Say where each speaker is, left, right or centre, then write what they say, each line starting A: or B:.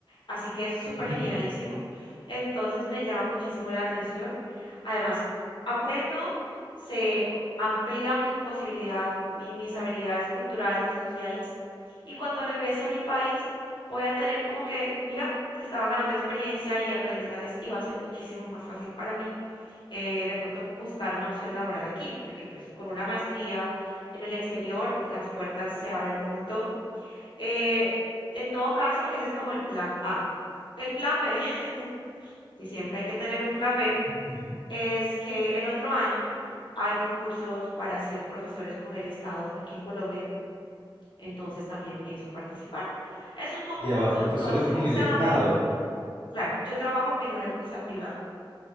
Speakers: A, on the left; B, on the right.
A: Así que es súper
B: <laughs>
A: genialísimo. Entonces me llama muchísimo la atención. Además, aprendo, se amplía mi posibilidad y mis habilidades culturales y sociales. Y cuando regrese a mi país, voy a tener como que, mira, estaba ganando experiencia y aprendizajes y va a ser muchísimo más fácil para mí eh, de pronto buscar una opción laboral aquí, porque pues con una maestría en el exterior las puertas se abren un montón. Eh, en todo caso, ese es como el plan A. El plan B, <laughs> que siempre hay que tener un plan B,
B: Ujú.
A: es que el otro año hay concursos para ser profesores con el Estado aquí en Colombia, entonces también pienso participar. Es un concurso,
B: Ya va, profesores
A: tú haces
B: con
A: el examen.
B: el Estado.
A: Claro, yo trabajo en una empresa privada.